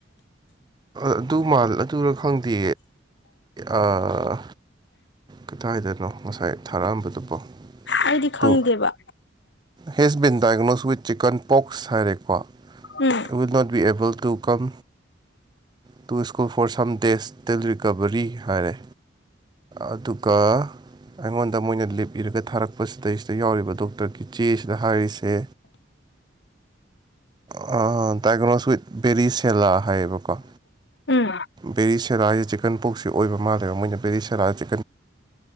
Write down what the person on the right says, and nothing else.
ꯑꯗꯨ ꯃꯥꯜ ꯑꯗꯨꯔ ꯈꯪꯗꯦ ꯑꯥ ꯀꯗꯥꯏꯗꯅꯣ ꯉꯁꯥꯏ ꯊꯥꯔꯛꯑꯝꯕꯗꯨꯕꯣ
ꯑꯗꯨ
has been diagnosed with chicken pox ꯍꯥꯏꯔꯦ ꯀꯣ
will not be able to come to school for some days till recovery ꯍꯥꯏꯔꯦ ꯑꯗꯨꯒ ꯑꯩꯉꯣꯟꯗ ꯃꯣꯏꯅ ꯂꯤꯞ ꯏꯔꯒ ꯊꯥꯔꯛꯄꯁꯤꯗꯩꯁꯤꯗ ꯌꯥꯎꯔꯤꯕ ꯗꯣꯛꯇꯔ ꯀꯤ ꯆꯦꯁꯤꯗ ꯍꯥꯏꯔꯤꯁꯦ ꯑꯥ ꯗꯥꯏꯒꯣ꯭ꯅꯁ ꯋꯤꯠ ꯕꯦꯔꯤ ꯁꯦꯂꯥ ꯍꯥꯏꯌꯦꯕꯀꯣ
ꯕꯦꯔꯤ ꯁꯦꯂꯥꯥ ꯍꯥꯏꯁꯦ ꯆꯤꯛꯀꯟ ꯄꯣꯛꯁꯤ ꯑꯣꯏꯕ ꯃꯥꯜꯂꯦꯕ ꯃꯣꯏꯅ ꯕꯦꯔꯤ ꯁꯦꯂꯥꯁꯤ